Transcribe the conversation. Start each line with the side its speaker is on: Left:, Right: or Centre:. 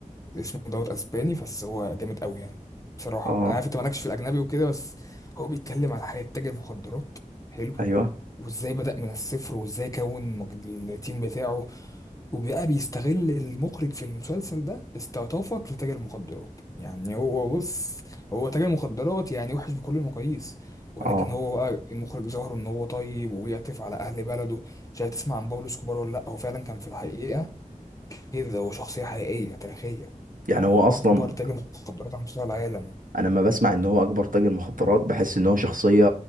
Left: اسمه دوت اسباني بس هو جامد قوي يعني بصراحة
Right: اه
Left: انا عارف انت مالكش في الاجنبي وكده بس هو بيتكلم على حياة تاجر مخدرات حلو
Right: ايوه
Left: وازاي بدأ من الصفر وازاي كون مج- التيم بتاعه وبقى بيستغل المخرج في المسلسل ده استعطافك لتاجر مخدرات يعني هو بص هو تاجر مخدرات يعني وحش بكل المقاييس ولكن
Right: اه
Left: هو بقى المخرج ظهر ان هو طيب وبيعطف على اهل بلده مش عارف تسمع عن بابلو اسكوبار ولا لا هو فعلا كان في الحقيقة كده هو شخصية حقيقية تاريخية
Right: يعني
Left: يعني
Right: هو اصلا
Left: اكبر تاجر مخدرات على مستوى العالم
Right: انا لما بسمع ان هو اكبر تاجر مخدرات بحس ان هو شخصية